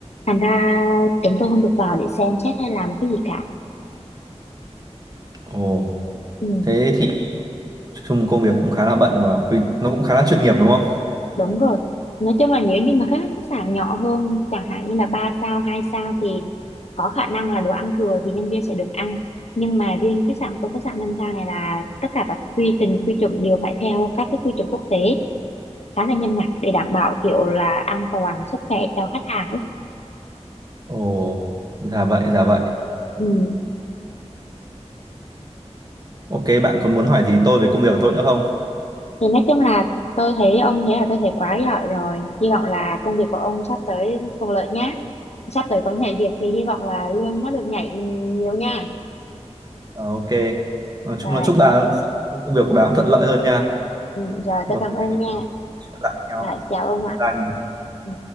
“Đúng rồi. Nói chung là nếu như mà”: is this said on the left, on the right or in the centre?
Left